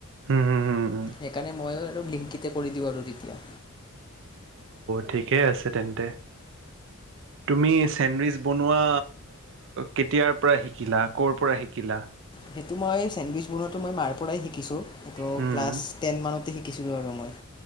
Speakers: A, on the right; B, on the left.
A: হম হম হম হম
B: সেইকাৰণে মই আৰু ব্লিংকিতে কৰি দিওঁ আৰু তেতিয়া।
A: ঠিকে আছে তেন্তে তুমি চেণ্ডউইচ বনোৱা কেতিয়াৰ পৰা শিকিলা ক'ৰ পৰা শিকিলা।
B: সেইটো মই চেণ্ডউইচ বনোৱাটো মই মাৰ পৰাই শিকিছোঁ। এইটো
A: হুম।
B: ক্লাছ টেন মানতে শিক কিছু আৰু মই